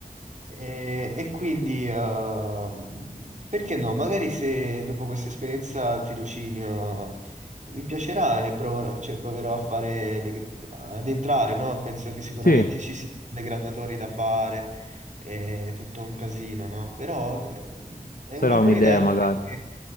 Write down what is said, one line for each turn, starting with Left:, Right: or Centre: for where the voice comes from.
Right: E, e quindi, eh, perché no? Magari se dopo questa esperienza al tirocinio mi piacerà e prover- cioè, proverò a fare le gra- ad entrare, no? Penso che sicuramente
Left: Sì,
Right: ci siano le graduatorie da fare, è tutto un casino, no? Però vabbè, è
Left: sarà
Right: una buona
Left: un'idea
Right: idea anche
Left: magari.
Right: perché